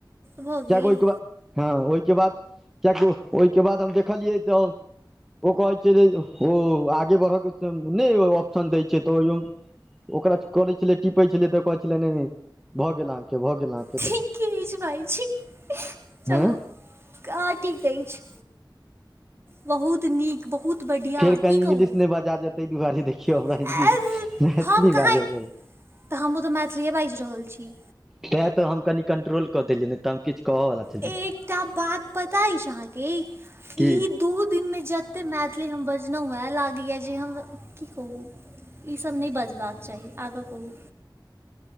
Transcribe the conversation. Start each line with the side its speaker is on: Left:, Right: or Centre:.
Right: भऽ
Centre: किएकि
Right: गेल
Centre: ओहिके बाद हँ ओहिके बाद किएकि ओहिके बाद हम देखलियै तऽ ओ कहै छै जे हं आगे बढ़य के नहि ऑप्शन दै छै तऽ ओ ओकरा करै छलै टीपै छलियै तऽ कहै छले नहि भऽ गेल अहाँके भऽ गेल अहाॅंके
Right: ठीके ई भाय ठीके, चलू।
Centre: हँ
Right: का ठिक अछि, बहुत नीक बहुत बढ़िआँ
Centre: फेर कहीं
Right: की कहू
Centre: इंग्लिश नहि बाजा जेतै, तै दुआरे देखियौ हमरा
Right: ए
Centre: हिन्दी। मैथिली
Right: हम कहाँ,
Centre: बाजब अइ
Right: तऽ हमहुँ तऽ मैथिलीए बाजि रहल छी।
Centre: तैँ तऽ, हम कनि कंट्रोल कऽ देलियै नहि तऽ हम किछु कहऽवला छलियै
Right: एकटा बात पता अछि अहाँके? ई
Centre: की
Right: दू दिनमे जते मैथिली हम बजलहुँ एह, लागैए जे हम की कहू। ई सब नहि बजबाक चाही, आगाँ कहूं।